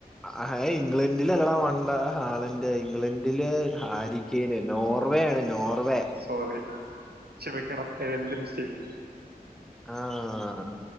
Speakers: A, in the centre; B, on the right.
A: ആഹ് ഇംഗ്ലണ്ടില് അല്ലടാ മണ്ട ഹാലണ്ട് ഇംഗ്ലണ്ടില് ഹാരി <unintelligible> നോർവേ ആണ് നോർവേ
B: സോറി ക്ഷമിക്കണം അത് എന്റെ മിസ്റ്റേക്ക്
A: ആഹ്